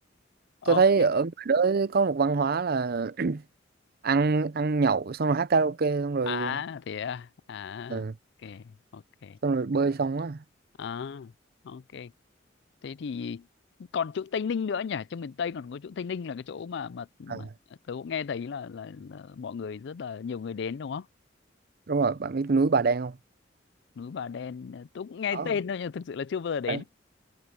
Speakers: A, on the left; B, on the right.
A: ok
B: tôi thấy ở ngoài đó có một văn hóa là <clears throat> ăn ăn nhậu xong rồi hát karaoke xong rồi
A: à thế à à
B: ừ,
A: ok ok
B: xong rồi bơi xong á
A: à ok thế thì còn chỗ Tây Ninh nữa nhỉ trong miền Tây còn có chỗ Tây Ninh là cái chỗ mà mà, mà
B: à,
A: tớ cũng nghe thấy là, là là mọi người rất là nhiều người đến đúng không
B: đúng rồi bạn biết núi Bà Đen không
A: núi Bà Đen ờ, tớ cũng nghe
B: đó
A: tên thôi nhưng thực sự là chưa bao giờ đến
B: đấy.